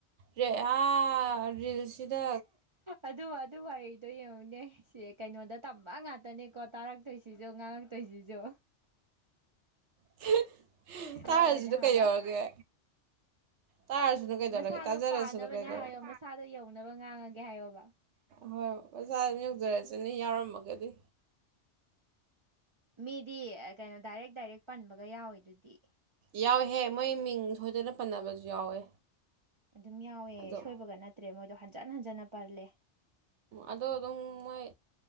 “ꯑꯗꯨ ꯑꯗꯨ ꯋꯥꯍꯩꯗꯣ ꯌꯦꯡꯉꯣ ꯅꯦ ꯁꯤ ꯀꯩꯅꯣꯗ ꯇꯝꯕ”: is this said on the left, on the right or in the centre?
Right